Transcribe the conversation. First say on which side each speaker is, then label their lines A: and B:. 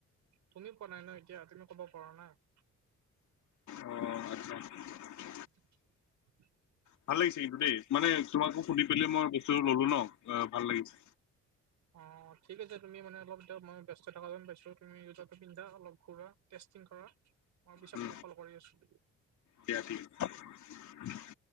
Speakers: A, on the right; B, on the left.
A: তুমি কোৱা নাই ন এতিয়া? তুমি ক'ব পৰা নাই? <unintelligible>
B: অ! আচ্ছা <unintelligible>
A: <inaudible>
B: ভাল লাগিছে কিন্তু দেই মানে তোমাকো সুধি পেলাই মই বস্তুটো ললো ন। <unintelligible> ভাল লাগিছে।
A: অঁ! ঠিক আছে তুমি মানে অলপ <unintelligible> ব্যস্ত থকা যেন পাইছো। তুমি জোতাটো পিন্ধা, অলপ ঘূৰা, টেষ্টিং কৰা। মই পিছত
B: উম
A: কল কৰি আছোঁ। <unintelligible>
B: দিয়া ঠিক আছে <unintelligible>